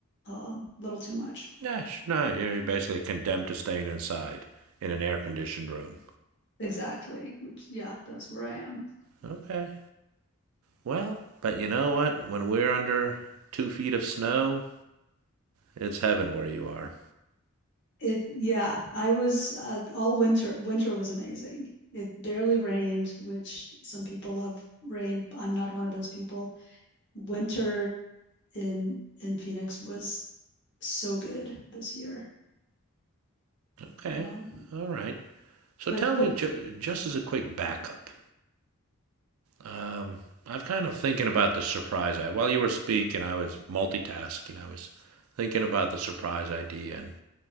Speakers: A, on the left; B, on the right.
A: um, little too much.
B: Gosh, no, you're basically condemned to staying inside in an air conditioned room.
A: Exactly. Which, yeah, that's where I am.
B: Okay. Well, but you know what? When we're under two feet of snow, it's heaven where you are.
A: It, yeah, I was uh, all winter. Winter was amazing. It barely rained, which some people love rain. I'm not one of those people. Winter in in Phoenix was so good this year.
B: Okay.
A: Um,
B: All right. So
A: but
B: tell
A: what?
B: me, ju- just as a quick backup, Um, I'm kind of thinking about the surprise. I while you were speaking, I was multitasking. I was thinking about the surprise idea, and